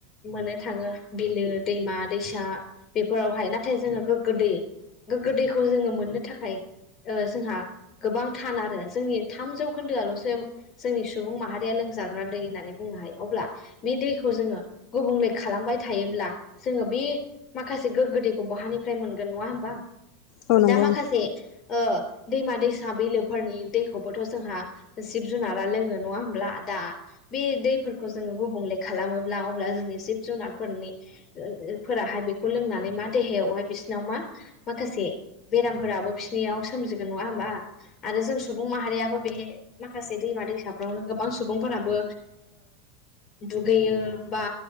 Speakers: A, on the left; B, on the left.
A: मोननो थाङो बिलो दैमा दैसा बेफोरावहाय नाथाय जोङो गोग्गो दै गोगो दैखौ जोङो मोननो थाखाय जोंहा गोबां थान आरो जोंनि थामजौ खोन्दोआल'सो जोंनि सुबुं माहारिया लोंजाग्रा दै होननानै बुंनो हायो अब्ला बे दैखौ जोङो गुबुंले खालामबाय थायोब्ला जोङो बे माखासे गोग्गोद दैखौ बहानिफ्राय मोनगोन नङा होमबा
B: औ नंगौ
A: दा माखासे
B: नोंथां
A: दैमा दैसा बिलोफोरनि दैखौबोथ' जोंहा जिब जुनारा लोङो नङा होमब्ला दा बे दैफोरखौ जोङो गुबुंले खालामोब्ला अब्ला जोंनि जिब जुनारफोरनि फोराहाय बेखौ लोंनानै मा देहायावहाय बिसिनाव मा माखासे बेरामफोराबो बिसिोरनियाव सोमजिगोन नङा होमबा आरो जों सुबुं माहारियाबो बेह माखासे दैमा दैसाफ्रावनो गोबां सुबुंफोराबो दुगैयो बा